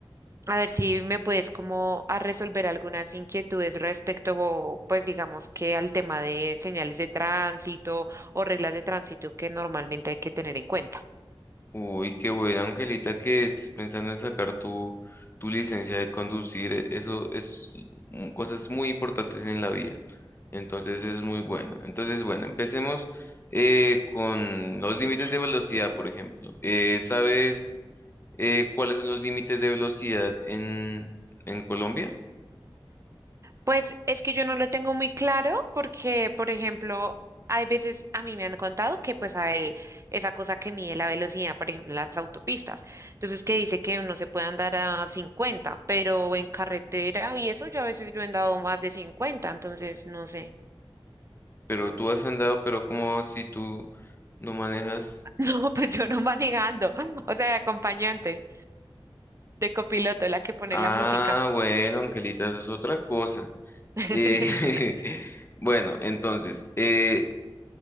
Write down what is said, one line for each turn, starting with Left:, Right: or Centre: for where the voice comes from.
Right: A ver si me puedes como a resolver algunas inquietudes respecto, pues digamos que al tema de señales de tránsito o reglas de tránsito que normalmente hay que tener en cuenta.
Left: Uy, qué bueno, Angelita, que estés pensando en sacar tu, tu licencia de conducir. e- Eso es mm, cosas muy importantes en la vida. Entonces es muy bueno. Entonces, bueno, empecemos eh, con los límites de velocidad, por ejemplo. Eh, ¿sabes eh, cuáles son los límites de velocidad en, en Colombia?
Right: Pues es que yo no lo tengo muy claro porque, por ejemplo, hay veces a mí me han contado que pues hay esa cosa que mide la velocidad, por ejemplo, en las autopistas. Entonces, que dice que uno se puede andar a 50 pero en carretera y eso yo a veces yo he andado más de 50 entonces no sé. <laughs>
Left: Pero tú has andado, pero como si tú ¿No manejas?
Right: No, pues yo no manejando, <laughs> o sea, de acompañante, de copiloto, la que pone
Left: Ah,
Right: la música.
Left: bueno, Angelita, eso es otra cosa.
Right: <laughs>
Left: Eh, <laughs> bueno, entonces, eh,